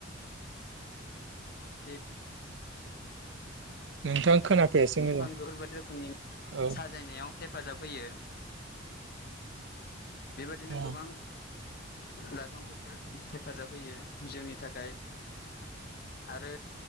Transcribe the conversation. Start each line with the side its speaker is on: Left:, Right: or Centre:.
Left: ए
Right: नोंथां खोनाफैयासै
Left: बिफां
Right: मोजां
Left: गोफोरबायदि रोखोमनि
Right: औ
Left: साजायनायाव हेफाजाब होयो बेबादिनो
Right: औ
Left: गोबां लाइफांफोर हेफाजाब होयो जोंनि थाखाय
Right: <unintelligible>
Left: आरो